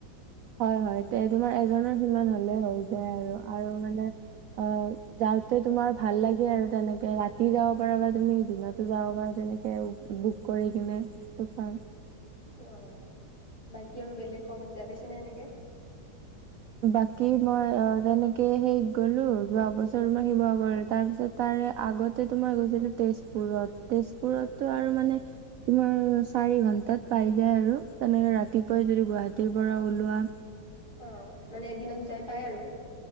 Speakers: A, on the right; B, on the left.
A: হয় হয় এ তোমাৰ এজনৰ সিমান হ'লে হৈ যায় আৰু আৰু মানে। অ যাওঁতে তুমাৰ ভাল লাগে আৰু তেনেকে ৰাতি যাব পাৰা বা তুমি দিনতো যাব পাৰা য। তেনেকে বুক কৰি কিনে চ।
B: অ বাকী আৰু বেলেগ ক'বাত যাই পাইছেনে এনেকে।
A: বাকী মই অ তেনেকে সেইত গলো যোৱা বছৰ মই শিৱসাগৰ তাৰ পিছত তাৰ। আগতে তোমাৰ গৈছিলোঁ তেজপুৰত টো আৰু মানে তোমাৰ চাৰি। ঘন্টাত পাই যায় আৰু তেনেকে ৰাতিপুৱাই যদি গুৱাহাটীৰ পৰা ওলোৱা।
B: অ মানে এদিনত যাই পাই আৰু।